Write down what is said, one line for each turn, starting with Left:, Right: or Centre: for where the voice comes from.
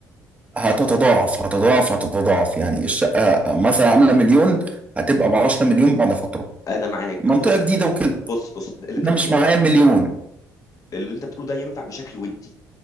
Right: هتتضاعف هتتضاعف هتتضاعف يعني الشقه مثلا عامله مليون هتبقى ب 10 مليون بعد فتره
Left: انا معاك
Right: منطقه
Left: بص
Right: جديده وكده
Left: بص بص اللي انت
Right: انا
Left: بتقوله
Right: مش معايا
Left: ده
Right: مليون
Left: اللي انت بتقوله ده ينفع بشكل ودي